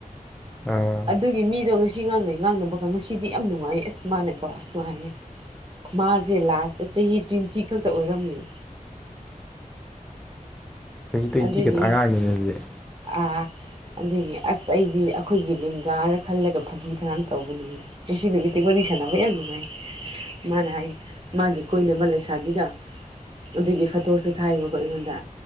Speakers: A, in the centre; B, on the right (about 35°).
A: ꯑꯥ
B: ꯑꯗꯨꯒꯤ ꯃꯤꯗꯣ ꯉꯁꯤ ꯉꯥꯡꯅꯩ ꯉꯥꯡꯅꯕꯒ ꯉꯁꯤꯗꯤ ꯌꯥꯝ ꯅꯨꯡꯉꯥꯏꯌꯦ ꯑꯁ ꯃꯥꯅꯀꯣ ꯑꯁꯨꯃꯥꯏꯌꯦ ꯃꯥꯁꯦ ꯂꯥꯁꯇ ꯆꯍꯤ ꯇ꯭ꯋꯦꯟꯇꯤ ꯈꯛꯇ ꯑꯣꯏꯔꯝꯃꯤꯅꯦ
A: ꯆꯍꯤ ꯇ꯭ꯋꯦꯟꯇꯤꯈꯛꯇ
B: ꯑꯗꯨꯒꯤ
A: ꯑꯉꯥꯡꯅꯤꯅꯦ ꯑꯗꯨꯗꯤ
B: ꯑꯥ ꯑꯗꯨꯒꯤ ꯑꯁ ꯑꯩꯗꯤ ꯑꯩꯈꯣꯏꯒꯤ ꯂꯤꯡꯒꯥꯔ ꯈꯜꯂꯒ ꯐꯥꯒꯤ ꯐꯔꯥꯡ ꯇꯧꯕꯅꯤ ꯉꯁꯤ ꯅꯨꯃꯤꯠꯇꯤ ꯋꯥꯔꯤ ꯁꯥꯟꯅꯕ ꯌꯥꯝ ꯅꯨꯡꯉꯥꯏ ꯃꯥꯅ ꯍꯥꯏ ꯃꯥꯒꯤ ꯀꯣꯏꯅꯕ ꯂꯩꯁꯥꯕꯤꯗꯣ ꯑꯗꯨꯒꯤ ꯐꯣꯇꯣꯁꯨ ꯊꯥꯏꯌꯦꯕꯀꯣ ꯑꯩꯉꯣꯟꯗ